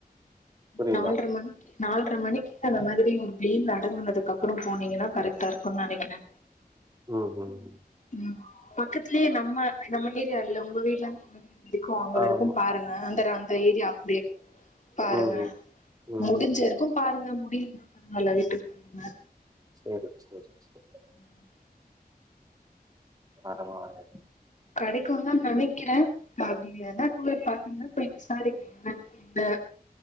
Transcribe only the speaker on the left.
நால்ர மணிக்கு நால்ர மணிக்கு அந்த மாதிரி வெயில் அடங்குனதுக்கு அப்புறோ போனீங்கன்னா கரெக்ட்டா இருக்கு நெனைக்கிறே
ம் பக்கத் து நம்ம நம்ம ஏரியா இல்ல உங்க வீட்ல இருந்து எங்க வீடு எப்டி க்கு அங்க வரைக்கு
பாருங்க அந்த அந்த ஏரியா அப்டியே பாருங்க
முடிஞ்சவரைக்கு பாருங்க முடியுதா பாருங்க இல்ல வீட்டுக்கு போய்டுங்க
உம்
கெடைக்கும் தான் நெனைக்கிறேன் அப்டி இல்லனா டூலர் பாத்திங்க போய் விசாரிங்க என்ன என்ன